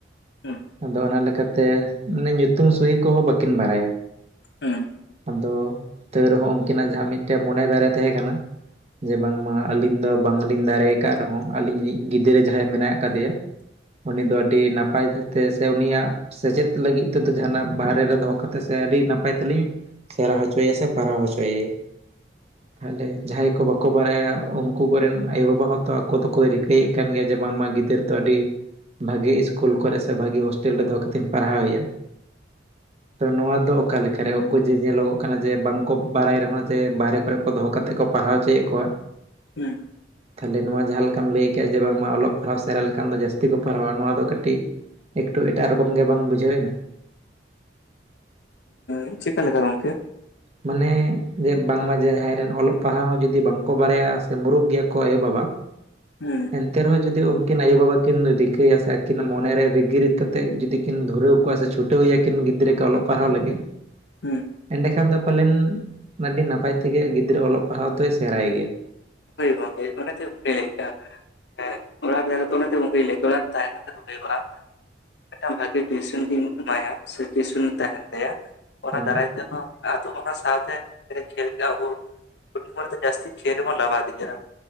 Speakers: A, on the left; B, on the right.
A: ᱦᱩᱸ
B: ᱟᱫᱚ ᱚᱱᱟ ᱞᱮᱠᱟᱛᱮ ᱢᱟᱱᱮ ᱧᱩᱛᱩᱢ ᱥᱩᱦᱤ ᱠᱚᱦᱚᱸ ᱵᱟᱹᱠᱤᱱ ᱵᱟᱲᱟᱭᱟ
A: ᱦᱩᱸ
B: ᱟᱫᱚ ᱛᱟᱹᱣ ᱨᱮᱦᱚᱸ ᱩᱱ ᱠᱤᱱᱟᱜ ᱡᱟᱦᱟᱸ ᱢᱤᱫ ᱴᱮᱱ ᱢᱚᱱᱮ ᱫᱟᱨᱮ ᱛᱟᱦᱮᱸ ᱠᱟᱱᱟ ᱡᱮ ᱵᱟᱝᱢᱟ ᱟᱹᱞᱤᱧ ᱫᱚ ᱵᱟᱝᱞᱤᱧ ᱫᱟᱲᱮ ᱠᱟᱫ ᱨᱮᱦᱚᱸ ᱟᱞᱤᱧ ᱨᱤᱡ ᱜᱤᱫᱽᱨᱟᱹ ᱡᱟᱦᱟᱸᱭ ᱢᱮᱱᱟᱜ ᱠᱟᱫᱮᱭᱟ ᱩᱱᱤ ᱫᱚ ᱟᱹᱰᱤ ᱱᱟᱯᱟᱭ ᱛᱮ ᱥᱮ ᱩᱱᱤ ᱟᱜ ᱥᱮᱪᱮᱫ ᱞᱟᱹᱜᱤᱫ ᱛᱮᱫᱚ ᱡᱟᱦᱟ ᱱᱟᱜ ᱵᱟᱦᱨᱮ ᱨᱮ ᱫᱚᱦᱚ ᱠᱟᱛᱮ ᱠᱟᱛᱮ ᱥᱮ ᱟᱹᱰᱤ ᱱᱟᱯᱟᱭ ᱛᱮᱞᱤᱧ ᱥᱮᱬᱟ ᱦᱚᱪᱚᱭᱮᱭᱟ ᱥᱮ ᱯᱟᱲᱟᱣ ᱦᱚᱪᱚᱭᱮᱭᱟ ᱛᱟᱦᱚᱞᱮ ᱡᱟᱦᱟᱸᱟᱭ ᱵᱟᱠᱚ ᱵᱟᱲᱟᱭᱟ ᱩᱱᱠᱩ ᱠᱚ ᱨᱮᱱ ᱟᱭᱳ ᱵᱟᱵᱟ ᱦᱚᱸᱛᱚ ᱟᱠᱚ ᱫᱚᱠᱚ ᱨᱤᱠᱟᱹ ᱮᱫ ᱠᱟᱱ ᱜᱮᱭᱟ ᱡᱮ ᱵᱟᱝᱢᱟ ᱜᱤᱫᱟᱹᱨ ᱫᱚ ᱟᱹᱰᱤ ᱵᱷᱟᱜᱮ ᱤᱥᱠᱩᱞ ᱠᱚᱨᱮ ᱥᱮ ᱵᱷᱟᱜᱤ ᱦᱳᱥᱴᱮᱞ ᱨᱮ ᱫᱚᱦᱚ ᱠᱟᱛᱮᱧ ᱯᱟᱲᱦᱟᱣ ᱮᱭᱟ᱾ ᱛᱚ ᱱᱚᱣᱟ ᱫᱚ ᱚᱠᱟ ᱞᱮᱠᱟ ᱨᱮ ᱩᱱᱠᱩ ᱡᱮ ᱧᱮᱞᱚ ᱜᱚᱜ ᱠᱟᱱᱟ ᱡᱮ ᱵᱟᱝ ᱠᱚ ᱵᱟᱲᱟᱭ ᱨᱮᱦᱚᱸ ᱡᱮ ᱵᱟᱦᱨᱮ ᱠᱚᱨᱮ ᱫᱚᱦᱚ ᱠᱟᱛᱮ ᱠᱚ ᱯᱟᱲᱦᱟᱣ ᱚᱪᱚᱭ ᱮᱫ ᱠᱚᱣᱟ
A: ᱦᱩᱸ
B: ᱛᱟᱦᱚᱞᱮ ᱱᱚᱣᱟ ᱡᱟᱦᱟᱸ ᱞᱮᱠᱟᱢ ᱞᱟᱹᱭ ᱠᱮᱜ-ᱟ ᱡᱮ ᱵᱟᱝ ᱢᱟ ᱚᱞᱚᱜ ᱯᱟᱲᱦᱟᱣ ᱥᱮᱬᱟ ᱞᱮᱠᱷᱟᱱ ᱫᱚ ᱡᱟᱹᱥᱛᱤ ᱠᱚ ᱯᱟᱲᱦᱟᱣᱟ ᱱᱚᱣᱟ ᱫᱚ ᱠᱟᱹᱴᱤᱡ, ᱮᱠᱴᱩ ᱮᱴᱟᱜ ᱨᱚᱠᱚᱢ ᱜᱮ ᱵᱟᱝ ᱵᱩᱡᱷᱟᱹᱣ ᱮᱱᱟ
A: ᱦᱮ ᱪᱮᱫ ᱠᱟ ᱞᱮᱠᱟ ᱜᱚᱝᱠᱮ
B: ᱢᱟᱱᱮ ᱡᱮ ᱵᱟᱝ ᱢᱟ ᱡᱮ ᱡᱟᱦᱟᱸᱭ ᱨᱮᱱ ᱚᱞᱚᱜ ᱯᱟᱲᱦᱟᱣ ᱦᱚᱸ ᱡᱩᱫᱤ ᱵᱟᱝ ᱠᱚ ᱵᱟᱲᱟᱭᱟ ᱥᱮ ᱢᱩᱨᱩᱠ ᱜᱮᱭᱟ ᱠᱚ ᱟᱭᱳᱼᱵᱟᱵᱟ <inaudible>
A: ᱦᱩᱸ᱾
B: ᱮᱱᱛᱮ ᱨᱮᱦᱚᱸ ᱡᱩᱫᱤ ᱩᱱ ᱠᱤᱱ ᱟᱭᱳᱼᱵᱟᱵᱟ ᱠᱤᱱ ᱨᱤᱠᱟᱹᱭᱟ ᱥᱮ ᱟᱹᱠᱤᱱᱟ ᱢᱚᱱᱮ ᱨᱮ ᱨᱤᱜᱤᱨ ᱠᱟᱛᱮ ᱡᱩᱫᱤ ᱠᱤᱱ ᱫᱷᱩᱨᱟᱹᱣ ᱠᱚᱣᱟ ᱥᱮ ᱪᱷᱩᱴᱟᱹᱣ ᱮᱭᱟ ᱠᱤᱱ ᱜᱤᱫᱽᱨᱟᱹ ᱠᱚ ᱚᱞᱚᱜ ᱯᱟᱲᱦᱟᱣ ᱞᱟᱹᱜᱤᱫ,
A: ᱦᱩᱸ᱾
B: ᱮᱸᱰᱮᱠᱷᱟᱱ ᱫᱚ ᱯᱟᱞᱮᱱ ᱟᱹᱰᱤ ᱱᱟᱯᱟᱭ ᱛᱮᱜᱮ ᱜᱤᱫᱽᱨᱟᱹ ᱚᱞᱚᱜ ᱯᱟᱲᱦᱟᱣ ᱫᱚᱭ ᱥᱮᱬᱟᱭ ᱜᱮᱭᱟ᱾
A: ᱦᱳᱭᱳᱜᱼᱟ ᱦᱳᱭᱳᱜᱼᱟ ᱚᱱᱚᱛᱮ ᱜᱚᱝᱠᱮ ᱞᱟᱹᱭ ᱠᱟᱜᱼᱟ, ᱦᱮᱸ ᱚᱱᱟᱛᱮᱜᱮ ᱚᱱᱮᱛᱚ ᱜᱚᱝᱠᱮ ᱞᱟᱹᱭ ᱛᱷᱚᱲᱟ ᱛᱟᱭᱱᱚᱢ ᱠᱟᱛᱮ ᱦᱩᱭᱩᱜᱼᱟ᱾ ᱢᱤᱫᱴᱟᱝ ᱵᱷᱟᱜᱤ ᱴᱤᱭᱩᱥᱚᱱ ᱠᱤᱱ ᱮᱢᱟᱭᱟ ᱥᱮ ᱴᱤᱭᱩᱥᱚᱱ ᱛᱟᱦᱮᱸᱱ ᱛᱟᱭᱟ᱾ ᱚᱱᱟ
B: ᱦᱳᱭ
A: ᱫᱟᱨᱟᱭ ᱛᱮ ᱟᱫᱚ ᱚᱱᱟ ᱥᱟᱶᱛᱮ ᱟᱵᱚ ᱠᱷᱮᱞ ᱠᱮᱜ ᱟᱵᱚ ᱦᱩᱰᱤᱧ ᱢᱚᱱᱮᱛᱮ ᱡᱟᱹᱥᱛᱤ ᱠᱷᱮᱞ ᱞᱮᱵᱚᱱ ᱞᱟᱵᱟᱫ ᱛᱤᱜ ᱜᱮᱭᱟ